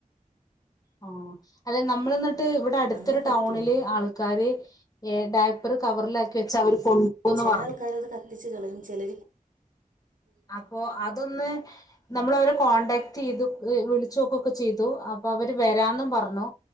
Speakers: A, on the left; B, on the right.
A: ഓ അല്ലെ നമ്മൾ എന്നിട്ട് ഇവിടെ അടുത്തൊരു
B: അങ്ങനെ പറ്റുള്ളൂ
A: ടൗണില് ആൾക്കാര് ഏ ഡയപ്പർ കവറിലാക്കി വെച്ച് അവര് കൊണ്ടുപോകുന്ന്
B: ചില
A: പറഞ്ഞു
B: ആൾക്കാരത് കത്തിച്ചു കളയും ചിലര്
A: അപ്പൊ അതൊന്ന് നമ്മള് അവരെ കോണ്ടാക്ട് ചെയ്തു വിളിച്ചു നോക്കൊക്കെ ചെയ്തു അപ്പൊ അവര് വരാന്നും പറഞ്ഞു